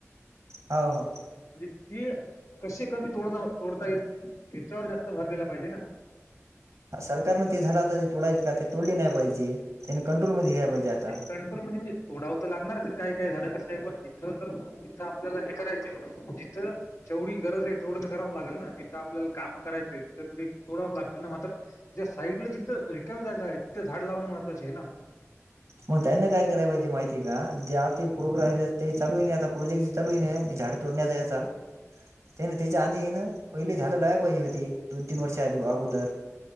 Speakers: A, on the right (about 85°); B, on the left (about 75°).
A: हो हो
B: म्हणजे ते कशे कमी तोडण तोडता येत याच्यावर जास्त भर दिला पाहिजे ना.
A: सरकारने ते झाडाता जे तोडायच का ते तोडली नाही पाहिजे त्याने कंट्रोलमध्ये घ्यायला पाहिजे आता.
B: कंट्रोलमध्ये म्हणेजे तोडाव तर लागणारच काही काही झाड कसल्या ही ब जिथ जिथं आपल्याला हे करायचंय जिथं जेवढी गरज आहे तेवढं तर करावं लागल ना तिथं आपल्याला काम करायचंय तिथं त ते तोडाव लागतील ना मात्र त्याच्या साईड ला जिथं रिकामी जागा आहे तिथं झाड लावणं महत्वाचं आहे ना
A: मग त्यांना काय कराय पाहिजे माहिती का जे आता प्रोग्रा ते चालू आहे ना आता प्रोजेक्ट चालूय ना हे झाडं तोडण्याचा ह्याचा. त्यामुळे त्याच्या आधी हाय ना पहिले झाड लावाय पाहिजे होती दोन तीन वर्ष अगोदर.